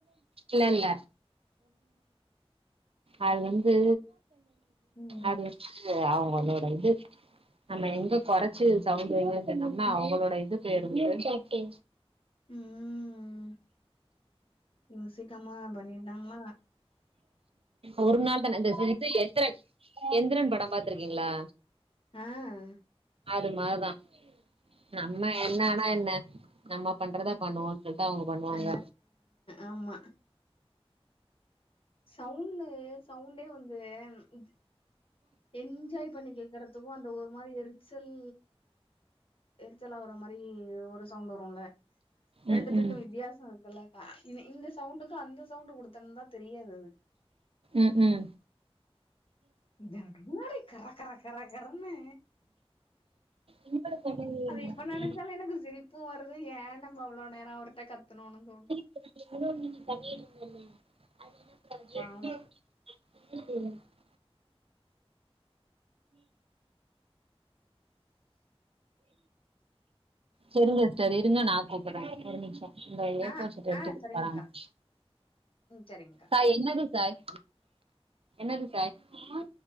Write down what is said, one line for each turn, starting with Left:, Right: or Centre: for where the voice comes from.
Right: இல்ல இல்ல அது வந்து
Left: ம்
Right: அது வந்து அவுங்களோட இது நம்ம எங்க கொறைச்சு சவுண்ட் வைங்கன்னு சொன்னோம்னா அவுங்களோட இது போயிருட்டு
Left: ம் யோசிக்கமா பண்ணிட்டாங்க
Right: ஒரு நாள் தான இந்த இது எந்திரன் எந்திரன் படம் பாத்துருக்கீங்களா
Left: ஆஹ்
Right: அது மாரிதா நம்ம என்ன ஆனா என்ன நம்ம பண்றதா பண்ணுவோன்னு சொல்லிட்டு அவுங்க பண்ணுவாங்க
Left: ஆ ஆமா சவுண்டு சவுண்டே வந்து இது என்ஜாய் பண்ணி கேக்கறதுக்கு அந்த ஒரு மாரி எரிச்சல் எரிச்சல் ஆவுற மாரி ஒரு சவுண்ட் வருல ரெண்டுத்துக்கு
Right: ம் ம்
Left: வித்தியாசோ இருக்குல்லக்கா இ இந்த சவுண்டுக்கு அந்த சவுண்டு குடுத்துயிருந்த தெரியாது அது
Right: ம் ம்
Left: இந்த மூடி கர கர கர கரனு
Right: என்னோட பண்ணவே
Left: அது
Right: இல்ல
Left: இப்ப நெனைச்சாலு எனக்கு சிரிப் பு வருது ஏன் நம்ம அவ்ளோ நேரோ அவர்ட்ட கத்துணோணு தோணுது
Right: <inaudible>
Left: பாவோ
Right: <unintelligible> உம் செரிங்க சார் இருங்க நா கூப்டுறே ஒரு நிமிஷோ இந்த ஏ
Left: ஆ
Right: ஃபோர் ஷீட் எடுத்து
Left: ஆ
Right: குடுக்றே
Left: சரிங்க்கா ம் சரிங்க்கா
Right: சாய் என்னது சாய் என்னது சாய் ஆ